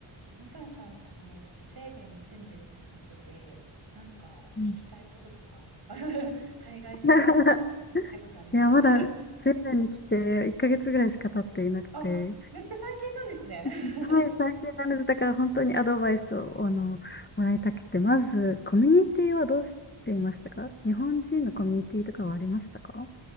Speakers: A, on the right; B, on the left.
A: えみかんさん、あの、スウェーデンに住んでるってことで、なんか聞きたいこととか、
B: うん
A: <laughs> 海外生活で聞きたいことあります
B: <laughs> いや、まだスウェーデンに来て1ヶ月ぐらいしか経っていなくて、
A: <laughs> あ、めっちゃ最近なんですね。
B: はい、
A: <laughs>
B: 最近なので、だから本当にアドバイスをあのもらいたくて、まず、コミュニティはどうしていましたか日本人のコミュニティとかはありましたか